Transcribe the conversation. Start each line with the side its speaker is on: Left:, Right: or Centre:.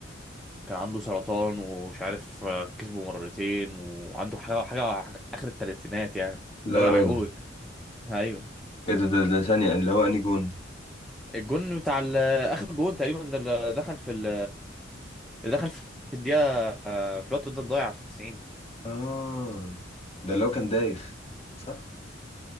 Centre: كان عنده سرطان ومش عارف آه، كسبه مرتين وعنده حاجة حاجة, حاجة اخر التلاتينات يعني
Left: لا
Centre: راجل
Left: يا
Centre: عجوز
Left: راجل
Centre: ايوه
Left: إيه ده ده ده ثانية اللي هو أنهي جون؟
Centre: الجون بتاع ال- اخر جون تقريبا ده اللي دخل في ال اللي دخل في الدقيقه في الوقت بدل ضايع في 90
Left: آه ده اللي هو كان دايخ صح؟